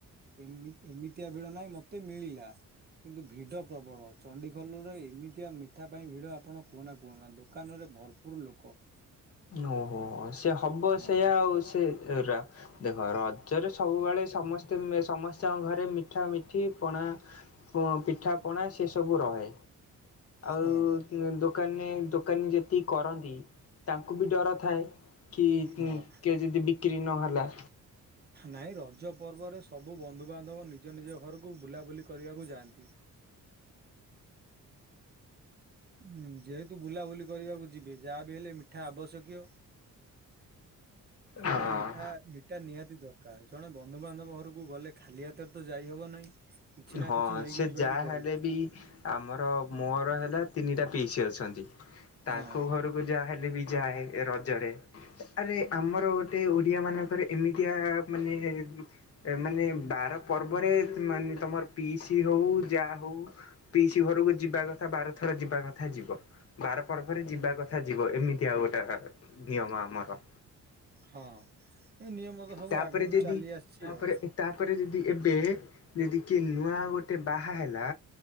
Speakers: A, on the right (about 30°); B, on the left (about 45°).
A: ଇମି ଏମିତିଆ ଭିଡ ନାହିଁ ମତେ ମିଳିଲା। କିନ୍ତୁ ଭିଡ ପ୍ରବଳ ଚଣ୍ଡିଖୋଲରୁ ତ ଏମିତିଆ ମିଠା ପାଇଁ ଭିଡ ଆପଣ କୁହନା କୁହନା ଦୋକାନରେ ଭରପୁର ଲୋକ।
B: ଓହୋ ସେ ହବ
A: ହଁ
B: ସେଇୟା ଆଉ ସେ ଏରା ଦେଖ ରଜରେ ସବୁବେଳେ ସମସ୍ତେ ଏ ସମସ୍ତଙ୍କ ଘରେ ମିଠା ମି ଠି ପଣା ପ ପିଠା ପଣା ସେସବୁ ରହେ ଆଉ
A: ହଁ
B: ଉଁ ଦୋକାନେ ଦୋକାନୀ ଯେତିକି କରନ୍ତି। ତାଙ୍କୁ ବି ଡର ଥାଏ କି କି
A: ହଁ
B: ଏ ଯଦି ବିକ୍ରି ନହେଲା।
A: ନାଇଁ ରଜ ପର୍ବରେ ସବୁ ବନ୍ଧୁବାନ୍ଧବ ନିଜ ନିଜ ଘରକୁ ବୁଲାବୁଲି କରିବାକୁ ଯାଆନ୍ତି। ହୁଁ ଯେହେତୁ ବୁଲାବୁଲି କରିବାକୁ ଯିବେ ଯାହା ବିି ହେଲେ ମିଠା ଆବଶ୍ୟକୀୟ। ତେଣୁ
B: ହଁ
A: ମିଠା ମି ଏଟା ନିହାତି ଦରକାର ଜଣେ ବନ୍ଧୁବାନ୍ଧବ ଘରକୁ ଗଲେ ଖାଲି ହାତରେ ତ ଯାଇହବ ନାହିଁ। କିଛି ନା
B: ହଁ
A: କିଛି ନେଇକି
B: ସେ
A: ଯିବାକୁ
B: ଯାହା
A: ପଡିବ
B: ହେଲେ ବି ଆମର ମୋର ହେଲା ତିନିଟା ପିଇସି ଅଛନ୍ତି ତାଙ୍କ
A: ହଁ
B: ଘରକୁ କୁ ଯା ହେଲେ ବି ଯାଏ ରଜରେ। ଆରେ ଆମର ଗୋଟେ ଓଡିଆ ମାନଙ୍କର ଏମିତିଆ ମାନେ ମାନେ ବାର ପର୍ବରେ ଅ ମାନେ ତମର ପିଇସି ହଉ ଯା ହଉ ପିଇସି ଘରକୁ ଯିବା କଥା ବାର ଥର ଯିବା କଥା ଯିବ। ବାର ପର୍ବ ରେ ଯିବା କଥା ଯିବ ଏମିତିଆ ଗୋଟା ନିୟମ ଆମର।
A: ହଁ ଏଇ ନିୟମ ତ ସବୁ
B: ତାପରେ
A: ଆଗରୁ
B: ଯଦି
A: ଚାଲି ଆସିଚି
B: ତାପରେ
A: ଆଉ।
B: ତାପରେ ଜେଦି ଏବେ ଯେଦି କିଏ ନୂଆ ଗୋଟେ ବାହା ହେଲା